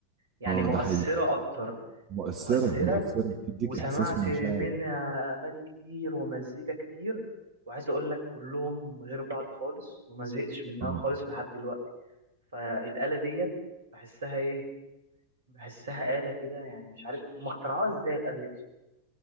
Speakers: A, on the right; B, on the right.
A: يعني
B: اه
A: مؤثرة
B: ده حقيقي
A: اكتر
B: مؤثرة
A: مؤثرة
B: مؤثرة بتديك
A: وسمعت
B: إحساس ومشاعر
A: منها اغاني كتير ومزيكا كتير وعايز اقول لك كلهم غير بعض خالص وما زهقتش منها
B: اه
A: خالص لحد دلوقتي فالآلة ديت بحسها ايه بحسها آلة كده يعني مش عارف هم اخترعوها ازاي الآلة دي اصلا